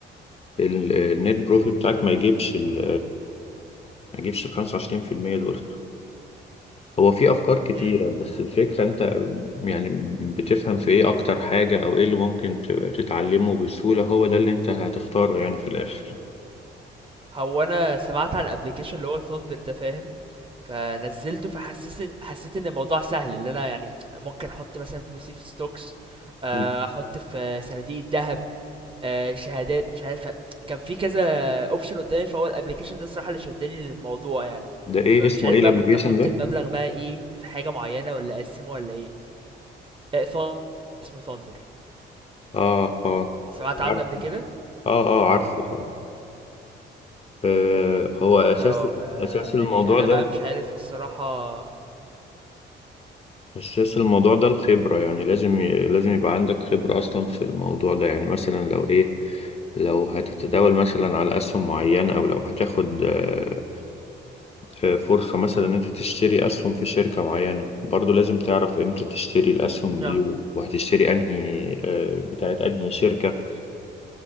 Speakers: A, on the left; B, on the right.
A: ال- النت بروفيت بتاعك ما يجيبش ال ما يجيبش ال 25% دول هو في افكار كتيرة
B: امم
A: بس الفكرة انت يعني بتفهم في ايه اكتر حاجة او ايه اللي ممكن ت- تتعلمه بسهولة هو ده اللي انت هتختاره يعني في الاخر
B: هو انا سمعت على الابليكيشن اللي هو ثاندر ده فاهم فنزلته فحسيت ان حسيت ان الموضوع سهل اللي انا يعني ممكن احط مثلا فلوسي في ستوكس آه،
A: مم.
B: احط في صناديق الذهب آه، شهادات مش عارف كان في كذا اوبشن قدامي فهو الابليكيشن ده الصراحه اللي شدني للموضوع يعني
A: ده ايه
B: فمش
A: اسمه
B: عارف
A: ايه الابليكيشن
B: بقى كنت احط
A: ده
B: المبلغ بقى ايه في حاجه معينه ولا اقسمه ولا ايه آه، ث- اسمه ثاندر
A: اه اه
B: سمعت عنه
A: عارف
B: قبل كده
A: اه اه عارفه طبعا آه، هو اساس
B: اه ف
A: اساس الموضوع
B: يعني انا
A: ده
B: بقى مش عارف الصراحة
A: اساس الموضوع ده الخبره يعني لازم ي... لازم يبقى عندك خبره اصلا في الموضوع ده يعني مثلا لو ايه لو هتتداول مثلا على اسهم معينه او لو هتاخد آه، آه، فرصه مثلا ان انت تشتري اسهم في شركه معينه برضو لازم تعرف امتى تشتري الاسهم دي
B: اه
A: وهتشتري انهي آه، بتاعت انهي شركه